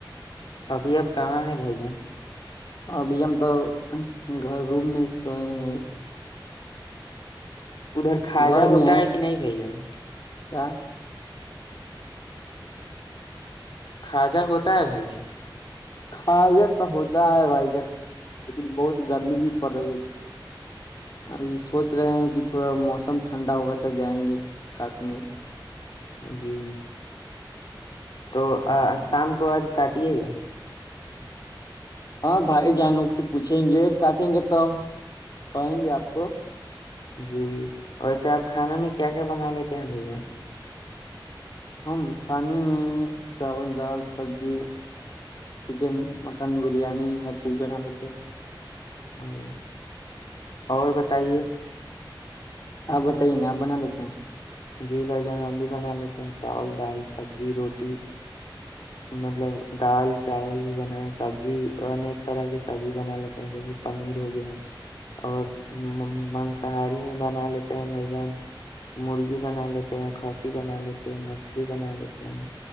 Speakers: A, on the left; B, on the left.
A: ابھی اب کہاں ہیں بھائی جان
B: ابھی ہم تو گ روم میں سوئے ہیں
A: ادھر کھاجا
B: گھر
A: ہوتا
B: میں
A: ہے کہ نہیں بھائی جان
B: کیا
A: کاجا ہوتا ہے بھائی
B: کاجہ تو ہوتا ہے بھائی جان لیکن بہت گرمی بھی پڑ رہی ہے اب یہ سوچ رہے ہیں کہ تھوڑا موسم ٹھنڈا ہوگا تو جائیں گے کاٹنے
A: جی تو شام کو آج کاٹیے گا
B: ہاں بھائی جانوگ سے پوچھیں گے کاٹیں گے تو کہیں گے آپ کو
A: جی ویسے آپ کھانا میں کیا کیا بنا لیتے ہیں بھین
B: ہم کھانے میں چاول دال سبزی چکن مٹن بریانی ہر چیز بنا لیتے ہیں
A: او اور بتائیے
B: آپ بتائیے نا آپ بنا لیتے ہیں
A: جی بھ جان ہم بھی بنا لیتے ہیں چاول دال سبزی روٹی مطلب دال چاول بھی بناائے سبزی انیک طرح کے سبزی بنا لیتے ہیں جیسے پنیر ہو گیا اور مانساری میں بنا لیتے ہیں بھائی جان مرغی بنا لیتے ہیں کھسی بنا لیتے ہیں مچھلی بنا لیتے ہیں